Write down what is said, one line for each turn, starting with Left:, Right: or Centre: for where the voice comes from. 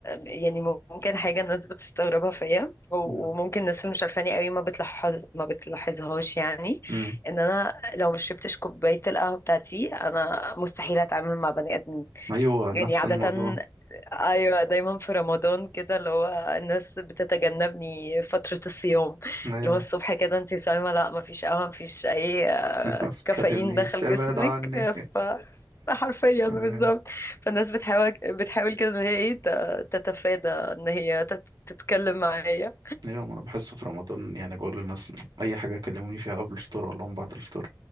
Left: يعني ممكن حاجه الناس بتستغربها فيا وممكن
Right: مم.
Left: الناس مش عارفاني قوي ما بتلاحظ ما بتلاحظهاش يعني
Right: مم.
Left: ان انا لو مش شربتش كوبايه القهوه بتاعتي انا مستحيل اتعامل مع بني ادمين
Right: ايوه نفس
Left: يعني عاده
Right: الموضوع
Left: ايوه دايما في رمضان كده اللي هو الناس بتتجنبني فتره الصيام
Right: ايوه
Left: اللي هو الصبح كده انت صايمه لا ما فيش قهوه ما فيش اي
Right: <laughs> ما تكلمنيش
Left: كافيين دخل
Right: ابعد
Left: جسمك
Right: عني
Left: <laughs> حرفيا بالظبط
Right: ايوه
Left: فالناس بتحاول بتحاول كده ان هي ايه ت- تتفادى ان هي تت- تتكلم معايا
Right: ايوه ما انا بحس في رمضان يعني بقول للناس اي حاجه كلموني فيها قبل الفطور اقول لهم بعد الفطور